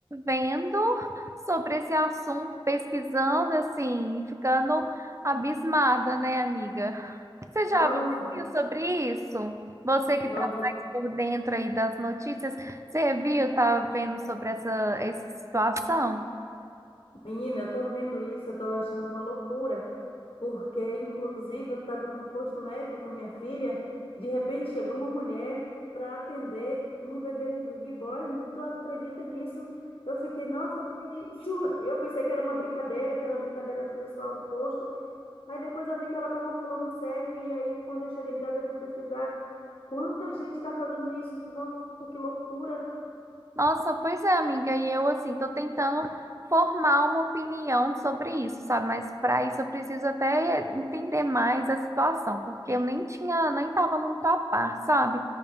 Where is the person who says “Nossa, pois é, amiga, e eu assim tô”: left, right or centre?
Right